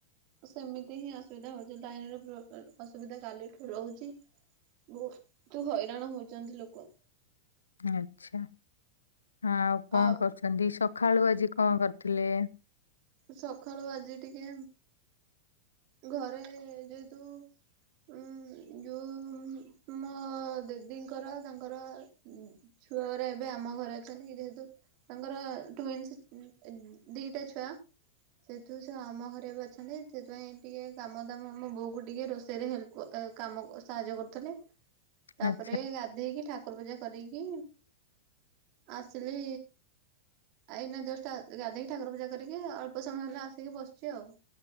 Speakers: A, on the right (about 45°); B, on the left (about 80°).
A: ସେମିତି ହିଁ ଅସୁବିଧା ହଉଛି ଲାଇନ ର ଅସୁବିଧା କାଲିଠୁ ରହୁଛି ବହୁତୁ ହଇରାଣ ହଉଛନ୍ତି ଲୋକ
B: ଆଛା ଆଉ କଣ
A: ଆ
B: କରୁଛନ୍ତି ସ ଖାଳୁ ଆଜି କଣ କରିୁଥିଲେ?
A: ସକାଳୁ ଆଜି ଟିକେ ଘରେ ଯେହେତୁ ଉ ଯୋଉ ମୋ ଦିଦିଙ୍କର ତାଙ୍କର ଛୁଆର ଏବେ ଆମ ଘରେ ଅଛନ୍ତି ଯେହେତୁ ତାଙ୍କର ଟ୍ୱିନ୍ସ ଦିଟା ଛୁଆ। ସେହେତୁ ସେ ଆମ ଘରେ ବି ଅଛନ୍ତି ସେଥିପାଇଁ ଟିକେ କାମ ଦାମ ମୋ ବୋଉ କ ଟିକେ ରୋଷେଇରେ ହେଲ୍ପ କାମ ସାହାଯ୍ୟ କରୁଥିଲେ ତାପରେ
B: ଆଚ୍ଛା
A: ଗାଧେଇକି ଠାକୁର ପୂଜା କରିକି ଆସିଲି ଏଇନା ଜଷ୍ଟ ଗାଧୋଇକି ଠାକୁର ପୂଜା କରିକି। ଟିକେ ଅଳ୍ପ ସମୟ ହେଲେ ଆସିକି ବସଛି ଆଉ